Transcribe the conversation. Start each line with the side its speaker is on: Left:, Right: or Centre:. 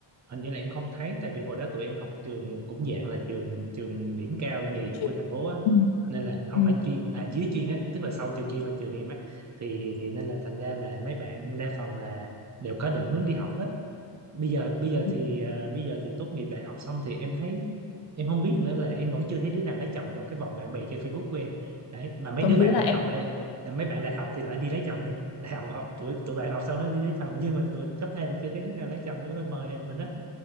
Right: hình như là em không thấy tại vì hồi đó tụi em học trường cũng dạng là trường trường điểm cao nhì
Left: Chị-
Right: của thành phố á
Left: Ừ.
Right: nên là không
Left: Ừ.
Right: phải chuyên à dưới chuyên á tức là sau trường chuyên là trường em á thì thì nên là thành ra là mấy bạn đa phần là đều có định hướng đi học hết bây giờ bây giờ
Left: ừ.
Right: thì à, bây giờ thì tốt nghiệp đại học xong thì em thấy em không biết nữa là em vẫn chưa thấy đứa nào lấy chồng trong cái vòng bạn bè trên Facebook của em đấy mà mấy
Left: Trộm
Right: đứa
Left: vía
Right: bạn
Left: là
Right: đại
Left: em
Right: học lại mấy bạn đại học thì lại đi lấy chồng nha đại học học tụi tụi bạn học xong nó đi lấy chồng nhưng mà tụi cấp 2 thì chưa thấy đứa nào lấy chồng nữa mà mời mình đó